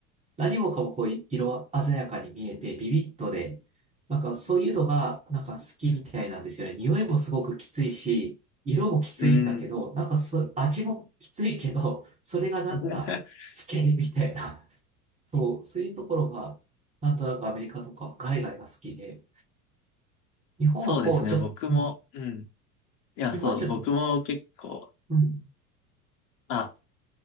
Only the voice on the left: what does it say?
うん。
<laughs>
そうですね。
僕も、
うん。いや、
そう、僕も結構、
あ、